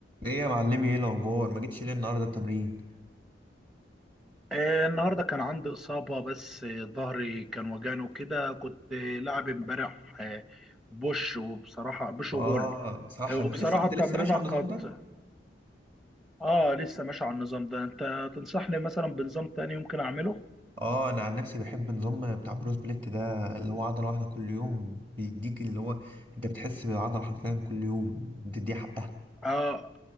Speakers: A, on the right; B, in the centre.
A: ايه يا معلمي ايه الاخبار ما جيتش ليه النهارده التمرين
B: آه، النهارده كان عندي إصابة بس آه، ظهري كان وجعني وكده كنت آه، لاعب امبارح آه، بوش وبصراحة بوش
A: اه
B: وبول
A: صح
B: آه، وبصراحة
A: انت لسه انت
B: التمرينة
A: لسه ماشي على
B: كانت
A: النظام ده
B: اه لسه ماشي على النظام ده انت تنصحني مثلا بنظام تاني ممكن اعمله؟
A: اه انا عن نفسي بحب النظام بتاع بروس بليت ده اللي هو عضله واحده كل يوم بيديك اللي هو انت بتحس بالعضله حرفيا كل يوم بتديها حقها
B: اه